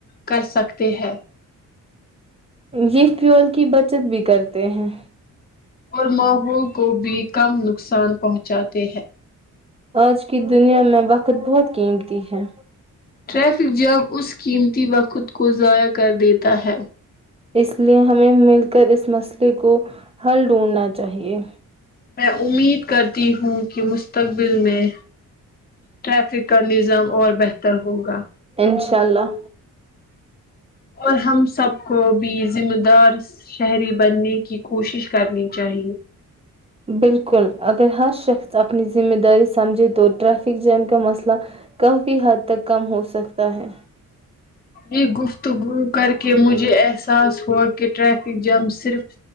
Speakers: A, on the left (about 30°); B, on the right (about 20°).
A: کر سکتے ہیں
B: یہ پیول کی بچت بھی کرتے ہیں
A: اور ماحول کو بھی کم نقصان پہنچاتے ہیں
B: آج کی دنیا میں وقت بہت قیمت تی ہے
A: ٹریفک جام اس قیمتی وقت کو ضائع کر دیتا ہے
B: اس لیے ہمیں مل کر اس مسئلے کو حل ڈھونڈنا چاہیے
A: میں امید کرتی ہوں کہ مستقبل میں ٹریفک کا نظام اور بہتر ہوگا
B: انشاء اللہ
A: اور ہم سب کو بھی ذمہ دار شہری بننے کی کوشش کرنی چاہیے
B: بالکل اگر ہر شخص اپنی ذمہ داری سمجھے تو ٹریفک جیم کا مسئلہ کافی حد تک کم ہوسکتا ہے
A: یہ گفتگو کر کے مجھے احساس ہوا کہ ٹریفک جام صرف